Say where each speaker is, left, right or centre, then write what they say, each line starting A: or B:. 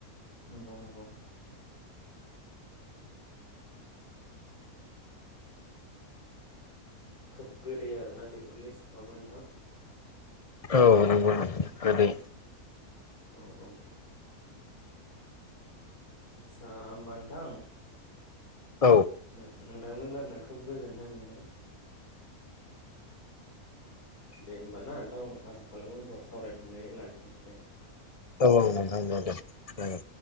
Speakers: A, on the left; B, on the left.
A: नंगौ नंगौ खोब गोदै आरोना बेफोर लिसुफ्राबो नोंथां।
B: अ नोंगौ नोंगौ गोदै।
A: औ औ आचसा होमबा नोंथां
B: औ
A: नों नोंथांजों रायलायना खोब गोजोननाय मोनदों दे होमबा ना नोंथां आसा खालामो उनफोराव सावरायफिननानै लानोसै दे।
B: औ औ नोंथां दे दे